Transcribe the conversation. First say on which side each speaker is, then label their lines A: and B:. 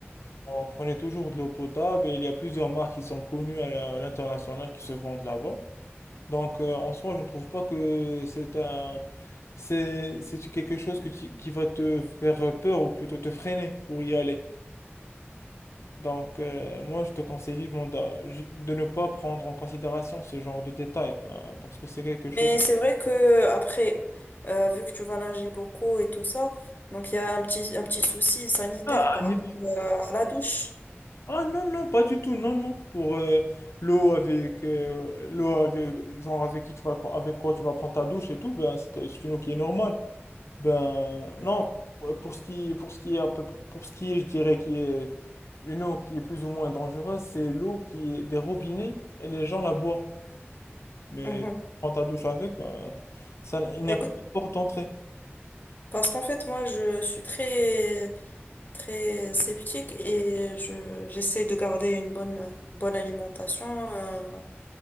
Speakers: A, on the left; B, on the left.
A: On prenait toujours de l'eau potable et il y a plusieurs marques qui sont connues à la- à l'international qui se vendent là-bas. Donc, euh, en soi, je ne trouve pas que c'est un, c'est, c'est quelque chose que tu- qui va te faire peur ou plutôt te freiner pour y aller. Donc, euh, moi, je te conseille vivement d'a- de, ne pas prendre en considération ce genre de détails hein, parce que c'est quelque chose.
B: Mais c'est vrai que après, euh, vu que tu vas nager beaucoup et tout ça, donc il y a un petit, un petit souci sanitaire
A: Ah,
B: par
A: à niveau,
B: rapport euh, à la douche.
A: Ah non, non, pas du tout, non, non. Pour euh, l'eau avec euh, l'eau avec genre avec qui tu vas pre- avec quoi tu vas prendre ta douche et tout, ben c'est c'est une eau qui est normale. Ben non,
B: D'accord.
A: euh, pour ce qui pour ce qui est à peu près- pour ce qui est, je dirais qui est une eau qui est plus ou moins dangereuse, c'est l'eau qui est des robinets et les gens la boivent. Mais
B: Mhm.
A: tu prends ta douche avec, ben ça, il n'y
B: Bah,
A: a
B: Écoute,
A: pas de porte d'entrée.
B: parce qu'en fait, moi, je suis très, très sceptique et je, j'essaie de garder une bonne, bonne alimentation, euh,